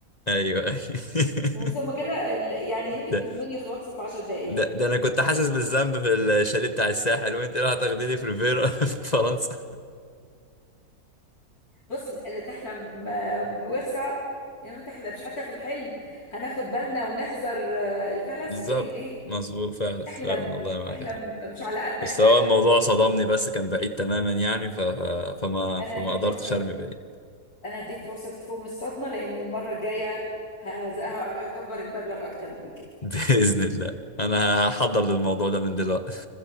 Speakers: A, on the left (about 30°); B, on the left (about 75°).
A: ايوه ايوه <laughs>
B: وثم كده ال- يعني ايه 100
A: ده
B: مليون يخلصوا في 10 دقائق
A: ده ده انا كنت حاسس بالذنب في الشاليه بتاع الساحل وانت راح تاخديني في ريفيرا <laughs> في فرنسا
B: بص لا تحلم آه، بوسع يا ما تحلمش حتى في الحلم هناخد بالنا ونحذر آه، الفلس
A: بالظبط
B: ايه ليه
A: مظبوط فعلا فعلا
B: احلم
A: والله معاك
B: احلم
A: حق
B: مش على قدك
A: بس
B: لا
A: هو الموضوع صدمني بس كان بعيد تماما يعني ف... فما
B: انا
A: فما
B: هديك
A: قدرتش
B: فرصة
A: ارمي بعيد
B: انا هديك فرصة تفوق من الصدمة لان المرة الجاية هز- هكبر المبلغ اكتر من كده
A: <laughs> باذن الله انا هحضر للموضوع ده من دلوقتي